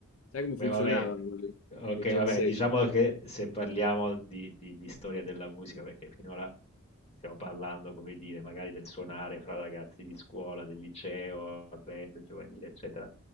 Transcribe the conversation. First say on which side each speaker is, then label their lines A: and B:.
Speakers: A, on the left (about 65°); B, on the left (about 30°).
A: Sai come
B: Beh,
A: funzionavano
B: vabbè,
A: le
B: ok,
A: le jam
B: vabbè,
A: session?
B: diciamo che se parliamo di, di- di storia della musica, perché finora stiamo parlando, come dire, magari del suonare fra ragazzi di scuola, del liceo, la band giovanile, eccetera.